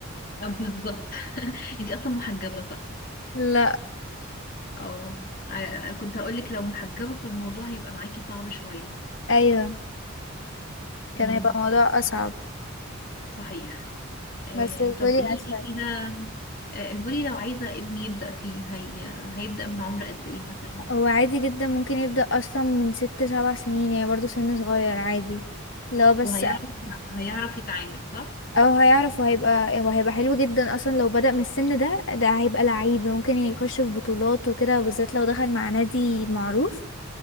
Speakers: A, on the left (about 40°); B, on the left (about 60°).
A: آه، بالظبط <laughs> انتي اصلا محجبة صح
B: لا
A: اه ع- كنت هقولك لو محجبة فالموضوع هيبقى معاكي صعب شوية
B: ايوه كان
A: امم
B: هيبقى الموضوع اصعب
A: صحيح آه،
B: بس الفولي
A: طب قولي
B: اسهل
A: لي كده آه، الفولي لو عايزة ابني يبدأ فيه هي... هيبدأ من عمر قد ايه مثلا
B: هو عادي جدا ممكن يبدأ اصلا من ست سبع سنين يعني برضو سن صغير عادي لو بس
A: وهيعرف هيعرف يتعامل صح
B: اه هيعرف وهيبقى وهيبقى حلو جدا اصلا لو بدأ من السن ده ده هيبقى لعيب ممكن يخش في بطولات وكده وبالذات لو دخل مع نادي معروف